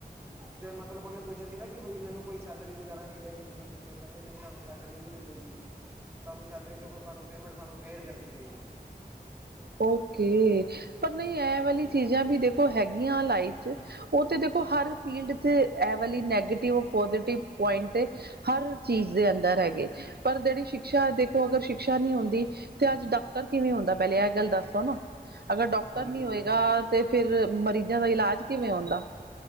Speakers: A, on the right (about 15°); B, on the right (about 80°).
A: ਤੇ ਮਤਲਬ ਓਨੇ ਪੁੱਛੇਆ ਸੀ ਨਾ ਕਿ ਬਈ ਮੈਨੂੰ ਕੋਈ ਸੈਲਰੀ ਵਗੈਰਾ ਮਿਲੇਗੀ ਇੰਟਰਸ਼ਿਪ ਤੋ, ਕੈੰਦੇ ਨਹੀ ਤਾਨੂੰ ਸੈਲਰੀ ਨੀ ਮਿਲੇਗੀ। ਤਾਨੂੰ ਸੈਲਰੀ ਸਗੋ ਤਾਨੂੰ ਪੇਮੈਂਟ ਸਾਨੂੰ ਪੇਡ ਕਰਨੀ ਪਏਗੀ।
B: ਓਕੇ, ਪਰ ਨਹੀਂ ਐ ਵਾਲੀ
A: ਹਾਂਜੀ
B: ਚੀਜਾਂ
A: ਹਾਂਜੀ
B: ਵੀ ਦੇਖੋ ਹੈਗੀਆਂ ਲਾਈਫ ਚ। ਓ ਤੇ ਦੇਖੋ ਹਰ ਫੀਲਡ ਤੇ ਐ ਵਾਲੀ ਨੈਗੇਟਿਵ, ਪੋਜੀ਼ਟਿਵ ਪੁਆਇੰਟ ਏ ਹਰ ਚੀਜ ਦੇ ਅੰਦਰ ਹੈਗੇ। ਪਰ ਜੇੜੀ ਸ਼ਿਕਸ਼ਾ ਦੇਖੋ ਅਗਰ ਸ਼ਿਕਸ਼ਾ ਨੀ ਹੁੰਦੀ, ਤੇ ਆੱਜ ਡਾਕਟਰ ਕਿਵੇਂ ਹੋਂਦਾ, ਪੈਲੇ ਐ ਗੱਲ ਦੱਸੋ ਨਾ? ਅਗਰ ਡੋਕਟਰ
A: ਬਿਲਕੁਲ
B: ਨੀ ਹੋਏਗਾ,
A: ਬਿਲਕੁਲ
B: ਤੇ ਫਿਰ ਮਰੀਜਾਂ ਦਾ ਇਲਾਜ ਕਿਵੇਂ ਹੋੰਦਾ?